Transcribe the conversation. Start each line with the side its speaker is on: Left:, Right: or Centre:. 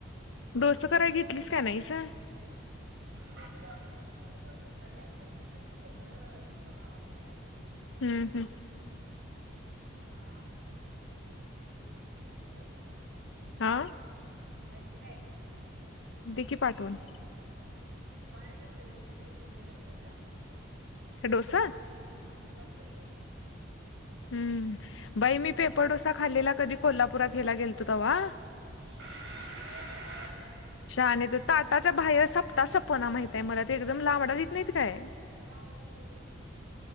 Left: डोस कराय घेतलीस का नाहीसं?
Right: मम्मी डोस करायलिया त्याच्यासाठी खोबरे मिक्सरला लावलोय.
Left: हा हा..
Right: हा.. काय ते?
Left: आं?
Right: पाहजे काय?
Left: दि की पाठवून,
Right: निपाणीत तर लय छान मिळतय बाई नम्रता.
Left: काय डोसा?
Right: व्हय निपाणीला ये की.
Left: हम्म.. बाई मी पेपर डोसा खाल्लेला कधी कोल्हापुरात हेला गेलतो तेव्हा.
Right: <unintelligible>
Left: शहाणे तो ताटाच्या बाहेर सपता सपणा माहित आहे मला ते एकदम लांबडा देत नाहीत काय.
Right: मला आवडत नाही बाई ते.